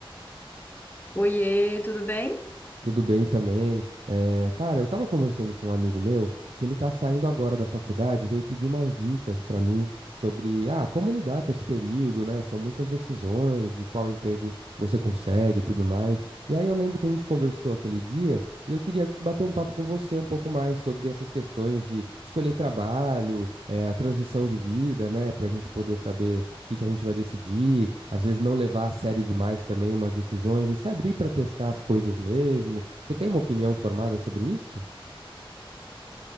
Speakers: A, on the left; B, on the right.
A: Oiê, tudo bem?
B: Tudo bem também. É, cara, eu tava conversando com um amigo meu que ele tá saindo agora da faculdade, veio pedir umas dicas pra mim sobre, ah, como lidar com esse período, né? São muitas decisões de qual emprego você consegue e tudo mais. E aí eu lembro que a gente conversou aquele dia e eu queria bater um papo com você um pouco mais sobre essas questões de escolher trabalho, é, a transição de vida, né? Pra gente poder saber o que que a gente vai decidir, às vezes não levar a sério demais também umas decisões e se abrir para testar as coisas mesmo. Você tem uma opinião formada sobre isso?